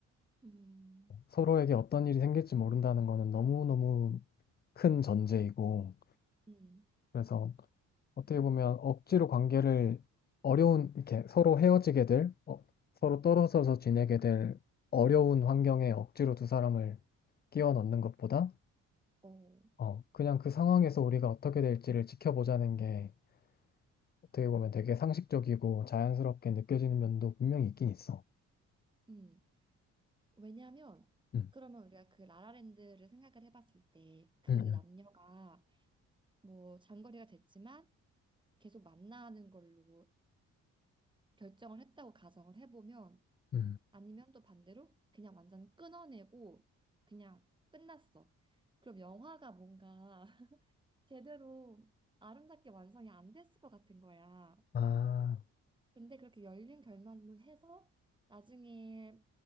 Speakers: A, on the right; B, on the left.
A: 음,
B: 서로에게 어떤 일이 생길지 모른다는 거는 너무너무 큰 전제이고,
A: 음,
B: 그래서 어떻게 보면 억지로 관계를 어려운, 이렇게 서로 헤어지게 될, 어, 서로 떨어져서 지내게 될 어려운 환경에 억지로 두 사람을 끼워 넣는 것보다,
A: 어,
B: 어, 그냥 그 상황에서 우리가 어떻게 될지를 지켜보자는 게 어떻게 보면 되게 상식적이고 자연스럽게 느껴지는 면도 분명히 있긴 있어.
A: 음. 왜냐하면
B: 음,
A: 그러면 우리가 그 라라랜드를 생각을 해봤을 때 그
B: 음,
A: 남녀가 뭐 장거리가 됐지만 계속 만나는 걸로 결정을 했다고 가정을 해보면
B: 음.
A: 아니면 또 반대로 그냥 완전 끊어내고 그냥 끝났어. 그럼 영화가 뭔가 <laughs> 제대로 아름답게 완성이 안 됐을 것 같은 거야.
B: 아,
A: 근데 그렇게 열린 결말로 해서 나중에